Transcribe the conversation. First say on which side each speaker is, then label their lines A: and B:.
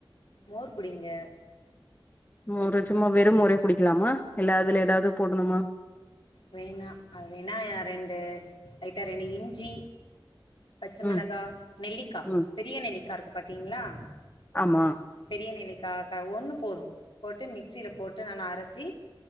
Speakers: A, on the left (about 75°); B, on the left (about 20°).
A: மோர் குடிங்க
B: மோரு சும்மா வெறு மோரே குடிக்கலாமா இல்ல அதுல ஏதாவது போடணுமா
A: வேணா அது வேணா யா ரெண்டு லைட்டா ரெண்டு இஞ்சி பச்சமிளகா
B: ம்
A: நெல்லிக்கா
B: ம்
A: பெரிய நெல்லிக்காய் இருக்கு பாத்தீங்ளா
B: ஆமா
A: கீழநெல்லிக்கா கா ஒண்ணு போது போட்டு மிக்சியில போட்டு நல்லா அரைச்சி